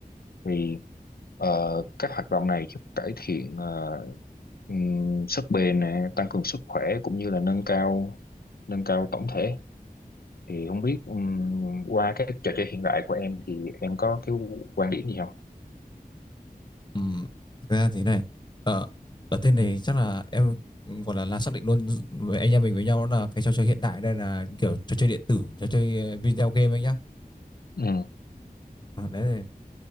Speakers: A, on the left; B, on the left.
A: thì ờ, các hoạt động này giúp cải thiện ờ, ừm, sức bền nè, tăng cường sức khỏe cũng như là nâng cao nâng cao tổng thể. Thì không biết ừm, qua cái trò chơi hiện đại của em thì em có cái quan điểm gì không?
B: Ừm, thực ra thế này, ở ở tên này
A: Ừ.
B: chắc là em gọi là là xác định luôn với anh em mình với nhau là cái trò chơi hiện đại đây là kiểu trò chơi điện tử, trò chơi ờ, video game anh nhá.
A: Ừ.
B: Ờ, đấy thì,